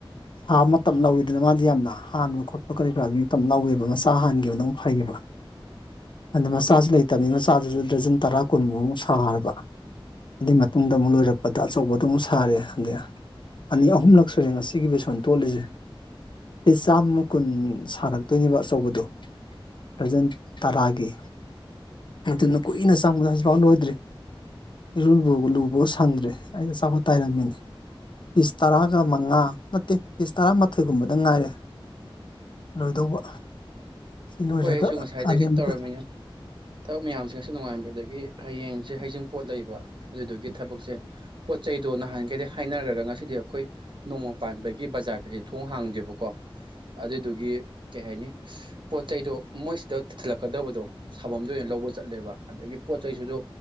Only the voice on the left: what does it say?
ꯁꯥꯕ ꯃꯇꯝ ꯂꯧꯋꯤꯗꯅ ꯃꯥꯗꯤ ꯌꯥꯝꯅ ꯍꯥꯟꯕ ꯈꯣꯠꯄ ꯀꯔꯤ ꯀꯔꯥꯗꯨ ꯃꯇꯝ ꯂꯧꯋꯦꯕ ꯃꯆꯥ ꯍꯥꯟꯈꯤꯕꯅꯧꯛ ꯐꯩꯌꯦꯕ ꯑꯗꯨꯗ ꯃꯆꯥꯁꯨ ꯂꯩꯇꯕꯃꯤ ꯆꯞ ꯆꯥꯗꯨꯁꯨ ꯗꯖꯟ ꯇꯔꯥ ꯀꯨꯟꯃꯨꯛꯃꯨꯛ ꯁꯥꯔꯕ ꯑꯗꯨꯏ ꯃꯇꯨꯡꯗ ꯑꯃꯨꯛ ꯂꯣꯏꯔꯛꯄꯗ ꯑꯆꯧꯕꯗꯨꯣ ꯑꯃꯨꯛ ꯁꯥꯔꯦ ꯑꯗꯩ ꯑꯅꯤ ꯑꯍꯨꯝꯂꯛ ꯁꯨꯔꯦ ꯉꯁꯤ ꯁꯤꯒꯤ ꯕꯦꯁꯣꯟ ꯇꯣꯠꯜꯂꯤꯁꯦ ꯄꯤꯁ ꯆꯥꯝꯃ ꯀꯨꯟ ꯁꯥꯔꯛꯇꯣꯏꯅꯦꯕ ꯑꯆꯧꯕꯗꯨ ꯄ꯭ꯔꯖꯦꯟ ꯇꯔꯥꯒꯤ ꯑꯗꯨꯅ ꯀꯨꯏꯅ ꯆꯪꯕꯗ ꯍꯧꯖꯤꯛꯐꯥꯎ ꯂꯣꯏꯗ꯭ꯔꯤ ꯏꯔꯨꯕ ꯂꯨꯕ ꯁꯪꯗ꯭ꯔꯦ ꯑꯩꯅ ꯑꯆꯥꯈꯠ ꯇꯥꯏꯔꯝꯃꯤꯅꯤ ꯄꯤꯁ ꯇꯔꯥꯒ ꯃꯉꯥ ꯅꯠꯇꯦ ꯄꯤꯁ ꯇꯔꯥꯃꯥꯊꯣꯏꯒꯨꯝꯕꯗ ꯉꯥꯏꯔꯦ ꯂꯣꯏꯗꯧꯕ ꯁꯤ ꯂꯣꯏꯔꯒ
ꯑꯔꯦꯝꯕꯗ